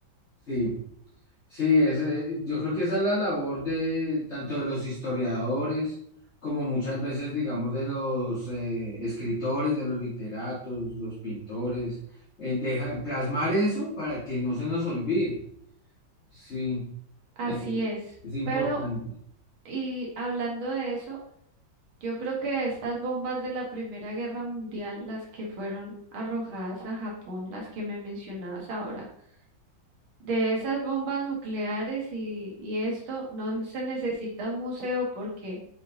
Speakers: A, on the left; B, on the right.
A: sí, sí, ese, yo creo que esa es la labor de tanto de los historiadores como muchas veces, digamos, de los eh, escritores, de los literatos, los pintores, eh, deja- plasmar eso para que no se nos olvide. Sí,
B: Así
A: eh,
B: es.
A: es importante.
B: Pero, y hablando de eso, Yo creo que estas bombas de la Primera Guerra Mundial, las que fueron arrojadas a Japón, las que me mencionabas ahora, de esas bombas nucleares y, y esto, no se necesita un museo porque